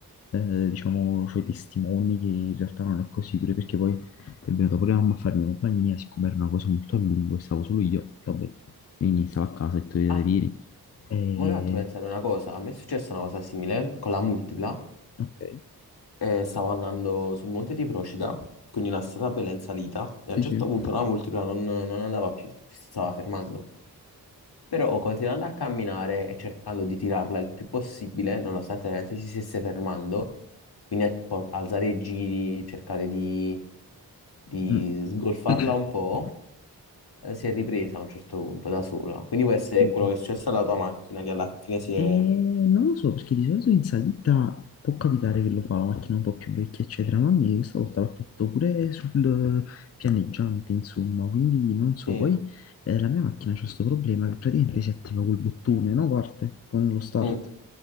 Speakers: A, on the left; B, on the left.
A: eh, diciamo ho i testimoni che in realtà non è così, pure perché poi è venuta pure la mamma a farmi compagnia, siccome era una cosa molto a lungo e stavo solo io, vabbè, quindi stavo a casa e tu vieni.
B: Ah,
A: E
B: ma mi hai fatto pensare una cosa. A me è successa una cosa simile con la multipla.
A: Ok,
B: eh, stavo andando sul monte di Procida, quindi una strada bella in salita, e
A: sì,
B: a un certo
A: sì.
B: punto la multipla non, non andava più, si stava fermando. Però continuando a camminare e cercando di tirarla il più possibile, nonostante veramente si stesse fermando, quindi a po- alzare i giri, cercare di, di
A: Mm.
B: sgolfarla
A: <clears throat>
B: un po', eh, si è ripresa a un certo punto da sola. Quindi questo
A: Capito.
B: è quello che è successo alla tua macchina, che alla fine si
A: E
B: è...
A: non lo so, perché di solito in salita può capitare che lo fa la macchina un po' più vecchia, eccetera, ma a me questa volta l'ha fatto pure sul pianeggiante, insomma, quindi non so.
B: Sì,
A: Poi eh, la mia macchina c'ha questo problema che praticamente si attiva col bottone, no? Parte con lo start.
B: mm, ho